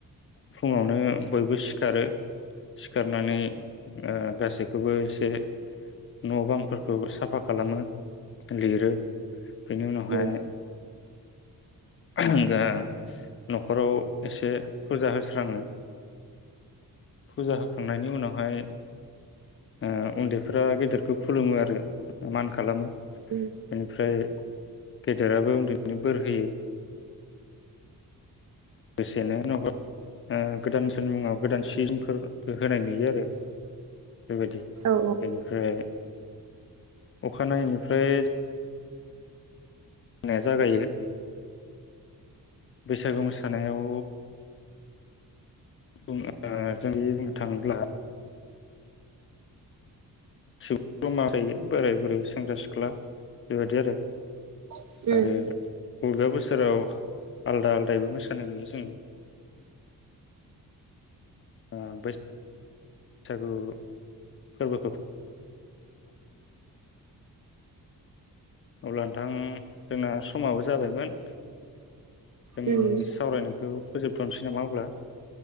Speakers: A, on the left; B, on the right.
A: फुङावनो बयबो सिखारो सिखारनानै गासै बेखौबो एसे न' बांफोरखौ साफा खालामो लिरो बेनि उनावहाय
B: उम
A: <unintelligible> न'खराव एसे फुजा होस्राङो फुजा होखांनायनि उनावहाय ओ उन्दैफोरा गेदेरखौ खुलुमो आरो मान खालामो <inaudible>
B: उम
A: बेनिफ्राय गेदेराबो उन्दैनो बोर होयो लोगोसेनो न ओ गोदान बोसोरनि मुङाव गोदान सिजोमफोर होनाय नुयो आरो बेबायदि
B: औ
A: बेनिफ्राय अखानायैय निफ्राय नाया जागायो बैसागो मोसानायाव बुं ओ जों बुंनो थाङोब्ला गासिबो मायो बोराय बुरै सेंग्रा सिख्ला बेबायाददि
B: उम
A: आरो आरो अबेबा बोसोराव आलदा आलदायबो मोसानाय नुयो जोङो ओ बैसाग बैसागु फोरबोखौ अब्ला नोंथां जोंना समाबो जाबायमोन जोंनि
B: उम
A: सावरायनायखौ फोजोबथ'नोसै नामा अब्ला